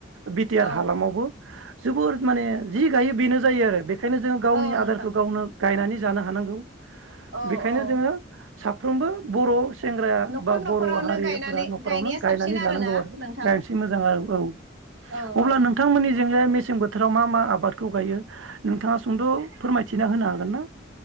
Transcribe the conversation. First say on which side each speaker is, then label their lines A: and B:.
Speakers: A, on the right (about 75°); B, on the right (about 65°).
A: बिटिआर
B: औ
A: हालामावबो जोबोर माने जि गायो बेनो जायो। आरो बेखायनो जोङो गावनि
B: औ नोंथां
A: आदारखौ गावनो गायनानै जानो हानांगौ।
B: औ
A: बेखायनो
B: औ
A: जोङो साफ्रोमबो बर' सेंग्राया
B: न'खर
A: बा
B: न'खरावनो
A: बर' हारिफोरा
B: गायनानै
A: न'खरावनो
B: गायनाया
A: गायनानै
B: साबसिन आरोना
A: जानांगौ आरो
B: नोंथां
A: गायसै मोजां आरो औ औ
B: औ
A: अब्ला
B: औ
A: नोंथांमोननि जोङो मेसें बोथोराव मा मा आबादखौ गायो नोंथाङा सुंद फोरमाय थिना होनो हागोन ना?